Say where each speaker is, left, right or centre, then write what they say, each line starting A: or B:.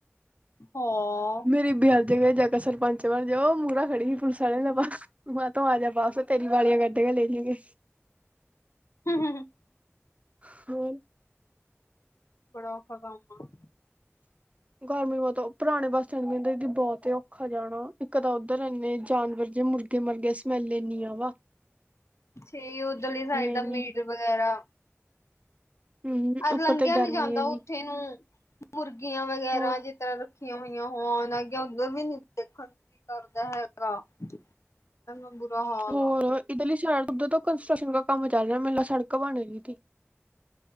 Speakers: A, on the left (about 80°); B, on the right (about 30°).
A: ਹੋ!
B: ਗਰੀਬੀ ਹਲਜ ਕੇ ਜਾ ਸਰਪੰਚ ਬਣ ਜਾ, ਉਹ ਮੂਹਰਾ ਖੜੀ ਸੀ ਪੁਲਿਸ ਵਾਲੇ ਦਾ ਬਸ ਮੈਂ ਤੂੰ ਆ ਜਾ ਬਸ। ਤੇਰੀ ਵਾਲੀਆਂ ਕਢ ਕੇ ਲੈ ਜਾਂਗੇ।
A: ਹੂੰ, ਹੂੰ, ਹੂੰ
B: ਹੋਰ!
A: ਬੜਾ ਔਖਾ ਕੰਮ ਆ।
B: ਗਰਮੀ ਬਹੁਤ ਪੁਰਾਣੇ ਬੱਸ ਸਟੈਂਡ ਕਹਿੰ ਜ ਬਹੁਤ ਹੀ ਔਖਾ ਜਾਣਾ, ਇੱਕ ਤਾਂ ਉੱਧਰ ਇੰਨੇ ਜਾਨਵਰ ਜੇ ਮੁ ਅਗੇ ਮਰ ਗਿਆ ਸਮੈਲੇ ਏਨੀ ਆਵਾ।
A: ਸਈ ਉੱਧਰਲੀ ਸਾਈਡ ਤਾਂ
B: ਇੰਨੀ
A: ਮੀਟਰ ਵਗੈਰਾ
B: ਹਮ
A: ਅਰ
B: ਉੱਪਰ
A: ਲੰਘਿਆ
B: ਤੇ ਗਰਮੀ
A: ਨੀ ਜਾਂਦਾ
B: ਇੰਨੀ
A: ਉੱਥੇ ਨੂੰ, ਮੁਰਗੀਆਂ ਵਗੈਰਾ
B: ਹੋਰ
A: ਜਿਸ ਤਰ੍ਹਾਂ ਰੱਖੀਆਂ ਹੋਈਆਂ। ਹੋਣ ਅੱਗੇ ਉੱਧਰ ਵੀ ਨੀ ਦੇਖਣ ਕੀ ਕਰਦਾ ਹੈਗਾ। ਐਵੇਂ ਬੁਰਾ ਹਾਲ
B: ਹੋਰ
A: ਆ
B: ਇੱਧਰ ਲਈ ਸ਼ ਉੱਧਰ ਤੋਂ ਕੰਸਟਰਕਸ਼ਨ ਕੰਮ ਚੱਲ ਰਿਹਾ ਮੇਲਾ ਸੜਕ ਬਣ ਰਹੀ ਥੀ।